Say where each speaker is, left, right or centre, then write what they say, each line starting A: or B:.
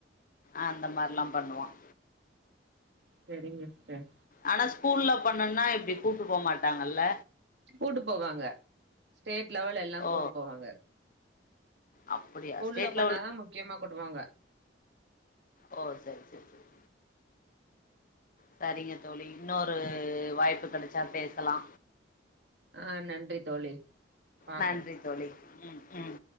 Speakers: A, on the left (about 50°); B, on the right (about 65°).
A: அந்த மார்லா பண்ணுவான்
B: செரிங்க சிஸ்டர்
A: ஆனா ஸ்கூல்ல பண்ணன்னா இப்டி கூப்ட்டு போ மாட்டாங்கல்ல
B: கூட்டு போவாங்க ஸ்டேட் லெவல் எல்லா
A: ஓ
B: கூட்டு போவாங்க
A: அப்படியா
B: ஸ்கூல்ல
A: ஸ்டேட்
B: பண்ணாதா
A: லெவல்
B: முக்கியமா கூட்டு போவாங்க
A: ஓ சரி சரி சரி சரிங்க தோழி இன்னொரு வாய்ப்பு கெடச்சா பேசலா
B: ஆ நன்றி தோழி பாக்கலா
A: நன்றி தோழி ம் ம்